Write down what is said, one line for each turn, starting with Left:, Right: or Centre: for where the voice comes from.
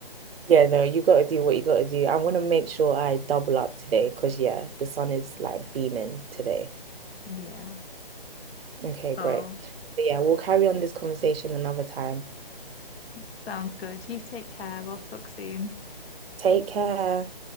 Right: Yeah, no, you gotta do what you gotta do. I'm gonna make sure I double up today because yeah, the sun is like beaming today.
Left: Yeah.
Right: Okay,
Left: Oh.
Right: great. So yeah, we'll carry on this conversation another time.
Left: Sounds good. You take care. We'll talk soon.
Right: Take care.